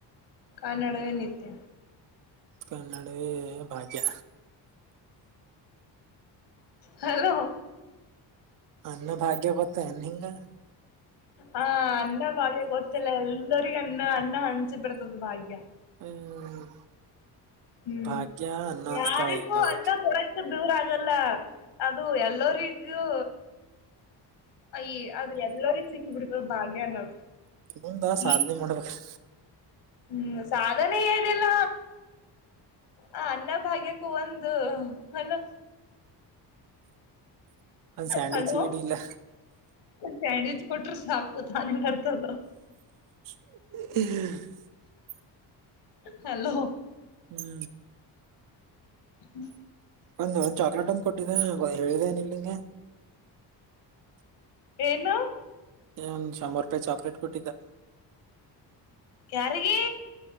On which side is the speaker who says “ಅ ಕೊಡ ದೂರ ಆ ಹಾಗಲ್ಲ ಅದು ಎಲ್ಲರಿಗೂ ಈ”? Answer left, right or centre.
Left